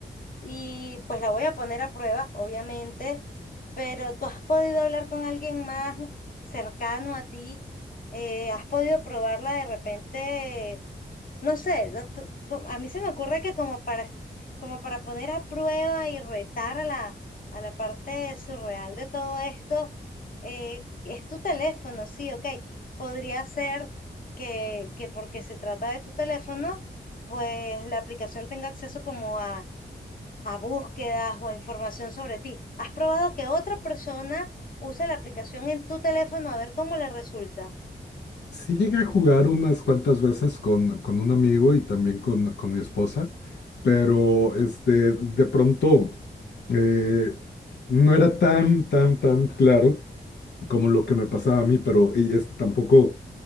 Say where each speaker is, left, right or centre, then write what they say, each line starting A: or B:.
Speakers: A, on the left (about 50°); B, on the left (about 70°).
A: y pues la voy a poner a prueba, obviamente. Pero ¿tú has podido hablar con alguien más cercano a ti? Eh, ¿has podido probarla de repente? No sé, no, tú- co- a mí se me ocurre que como para, como para poner a prueba y retar a la, a la parte surreal de todo esto, eh, es tu teléfono, sí, ok. Podría ser que, que porque se trata de tu teléfono, pues la aplicación tenga acceso como a, a búsquedas o a información sobre ti. ¿Has probado que otra persona use la aplicación en tu teléfono a ver cómo le resulta?
B: Sí llegué a jugar unas cuantas veces con, con un amigo y también con, con mi esposa, pero este, de pronto eh, no era tan, tan, tan claro como lo que me pasaba a mí, pero y este, tampoco